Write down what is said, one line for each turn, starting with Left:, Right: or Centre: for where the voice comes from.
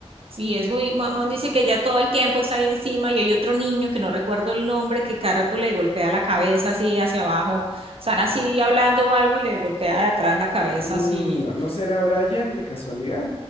Right: sí, es muy, mamón dice que ya todo el tiempo está ahí encima y hay otro niño que no recuerdo el nombre que cada rato le golpea la cabeza así hacia abajo. Están
Left: Mm,
Right: así hablando o algo y le golpea de atrás la cabeza
Left: no,
Right: así.
Left: ¿no será Brian de casualidad?